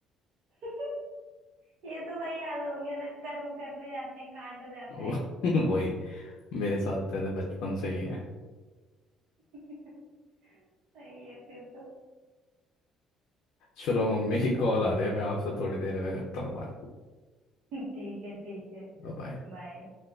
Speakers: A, on the right; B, on the left.
A: <laughs> ये तो वही हाल हो गया ना कर्म करने जाते हैं कांड हो जाता
B: वो
A: है
B: <laughs> वही मेरे साथ तो ऐसे बचपन से ही है
A: <laughs> सही है फिर तो
B: चलो मम्मी की कॉल आ रही है मैं आपसे
A: <laughs>
B: थोड़ी देर में करता हूँ बात
A: ठीक है ठीक है
B: Bye bye.
A: बाय